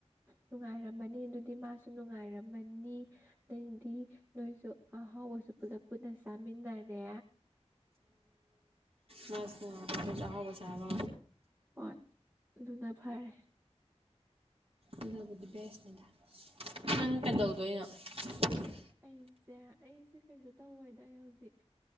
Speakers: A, on the right; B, on the right.
A: ꯅꯨꯡꯉꯥꯏꯔꯝꯃꯅꯤ ꯑꯗꯨꯗꯤ ꯃꯥꯁꯨ ꯅꯨꯡꯉꯥꯏꯔꯝꯃꯅꯤ ꯑꯗꯩꯗꯤ ꯅꯣꯏꯁꯨ ꯑꯍꯥꯎꯈꯣꯏꯁꯨ ꯄꯨꯂꯞ ꯄꯨꯟꯅ ꯆꯥꯃꯤꯟꯅꯔꯦ
B: ꯃꯥꯁꯨ ꯆ ꯑꯥꯎꯕꯁꯕ
A: ꯍꯣꯏ ꯑꯗꯨꯅ ꯐꯔꯦ
B: ꯑꯗꯨꯕꯨꯗꯤ ꯕꯦꯁꯅꯤꯗ
A: ꯎꯝ
B: ꯅꯪ ꯀꯩꯗꯧꯗꯣꯏꯅꯣ <unintelligible>
A: ꯑꯩꯁꯦ ꯑꯩꯁꯦ ꯀꯩꯁꯨ ꯇꯧꯔꯣꯏꯗ ꯑꯩ ꯍꯧꯖꯤꯛ